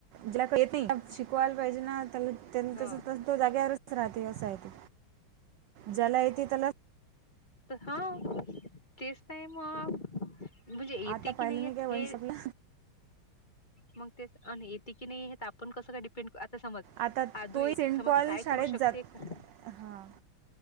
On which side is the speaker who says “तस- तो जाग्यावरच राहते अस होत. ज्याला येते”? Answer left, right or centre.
Right